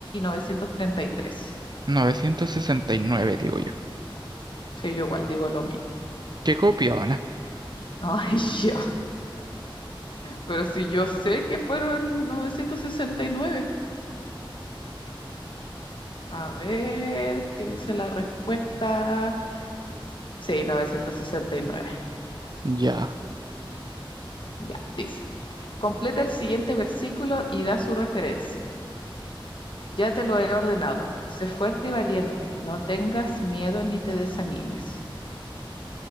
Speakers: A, on the left (about 60°); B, on the right (about 50°).
A: 933.
B: 969 digo yo.
A: Sí, yo igual digo lo mismo.
B: ¿Qué copiona?
A: Ay, <laughs> ya. Pero si yo sé que fueron 969. A ver, ¿qué dice la respuesta? Sí, 969.
B: Ya,
A: Ya, dice. Completa el siguiente versículo y da su referencia. Ya te lo he ordenado. Sé fuerte y valiente. No tengas miedo ni te desanimes.